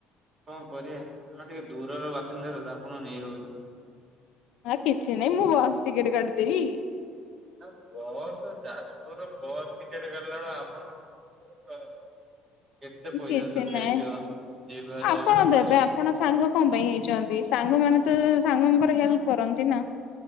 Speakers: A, on the right; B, on the left.
A: କଣ କରିବା, ଆମେ ଟିକେ ଦୂରର ବାସିନ୍ଦା ଆପଣ ନେଇ ହଉନି।
B: ହଁ କିଛି ନାଇଁ, ମୁଁ ବସ ଟିକେଟ କାଟିିଦେବି।
A: ନା ବସ୍, ଯାଜପୁର ର ବସ୍, ଟିକେଟ କାଟିଲା ବଳୁ ଆପଣ କେତେ ପଇସା
B: କିଛି
A: ଦେଇେଇଥିବ,
B: ନାଇଁ।
A: ଯିବା
B: ଆପଣ
A: ସେପ କହିବ
B: ଦେବେ ଆପଣ ସାଙ୍ଗ କଣ ପାଇଁ ହେଇଛନ୍ତି? ସାଙ୍ଗ ମାନେ ତ ସାଙ୍ଗଙ୍କର ହେଲ୍ପ କରନ୍ତି ନା।